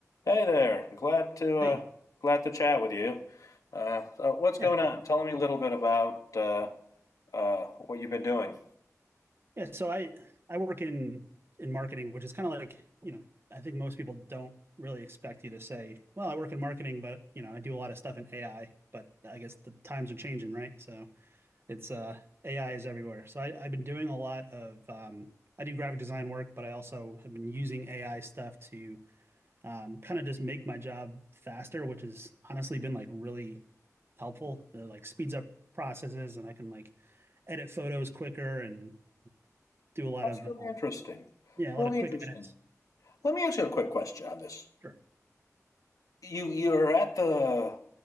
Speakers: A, on the left; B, on the right.
A: Hey there. Glad to uh,
B: Hey,
A: glad to chat with you. Uh, so what's going
B: yeah,
A: on? Tell me a little bit about uh, uh, what you've been doing.
B: yeah. So I I work in in marketing, which is kind of like, you know, I think most people don't really expect you to say, well, I work in marketing, but you know, I do a lot of stuff in AI, but I guess the times are changing, right? So it's uh AI is everywhere. So I, I've been doing a lot of um I do graphic design work, but I also have been using AI stuff to um, kind of just make my job faster, which has honestly been like really helpful. It like speeds up processes and I can like edit photos quicker and do a lot
A: That's
B: of
A: really
B: uh,
A: interesting.
B: yeah,
A: Really
B: a lot of quick
A: interesting.
B: edits.
A: Let me ask you a quick question on this.
B: Sure,
A: you you're at the